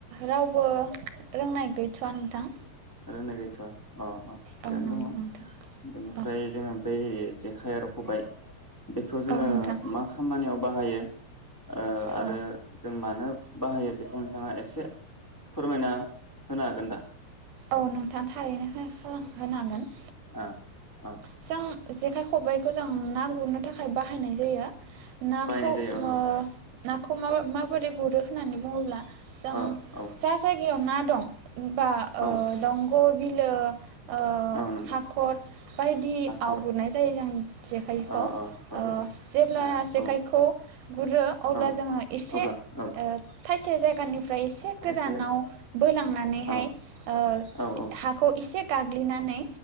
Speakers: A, on the right (about 70°); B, on the left (about 15°).
A: रावबो रोंनाय गैथ'वा नोंथां।
B: रोंनाय गैथ'आ अ अ थिगानो
A: औ नंगौ
B: दङ
A: नोंथां
B: बेनिफ्राय
A: औ
B: जोङो। बै जेखाइ आरो खबाय बेखौ जोङो
A: औ नोंथां
B: मा खामानियाव। बाहायो। ओ आरो
A: औ
B: जों मानो बाहायो बेखौ नोंथाङा एसे फोरमायना होनो हागोन दा?
A: औ नोंथां थारैनो <unintelligible> होनो हागोन।
B: ओ ओ
A: जों जेखाइ खबाइखौ जों ना गुरनो थाखाय बाहायनाय जायो। नाखौ
B: बायनाय जायो औ
A: ओ
B: नंगौ
A: नाखौ मा-माबोरै गुरो होननानै बुङोब्ला। जों
B: ओ औ
A: जा जायगायाव ना दं। होमबा
B: औ।
A: ग' बिलो ओ
B: औ नंगौ
A: हाखर बायदियाव
B: हाखर
A: गुरनाय जायो जों जेखाइखौ
B: औ औ हाखर
A: ओ
B: बायदियाव
A: जेब्ला जेखाइखौ
B: ओ
A: गुरो अब्ला
B: औ
A: जोङो एसे
B: अब्ला
A: ओ
B: औ
A: खायसे जायगानि फ्राय एसे
B: थाइसे
A: गोजानाव
B: जायगा
A: बोलांनानैहाय
B: औ
A: ओ
B: औ औ
A: थाखौ एसे गाग्लिनानै